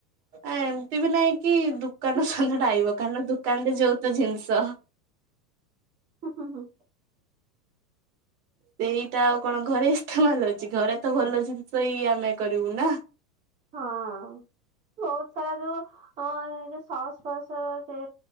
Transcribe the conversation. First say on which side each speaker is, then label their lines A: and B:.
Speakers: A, on the right; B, on the right.
A: ଏମିତି ବି ନାଇଁ କି ଦୋକାନ
B: ହୁଁ
A: ସନ୍ଧ୍ୟାଟା ଆଇବ କାରଣ ଦୋକାନ ରେ ଯଉ ତ ଜିନିଷ
B: ହୁଁ ହୁଁ ହୁଁ।
A: ସେଇଟା ଆଉ କଣ ଘରେ ଇସ୍ତେମାଲ ଅଉଛି ଘରେ ତ ଭଲ ଜିନିଷ ହେଇ ଆମେ କରିବୁ ନା।
B: ହଁ। ବହୁତ ସାରା ଯୋଉ ଅ ଯୋଉ ସସ ଫସ ସେ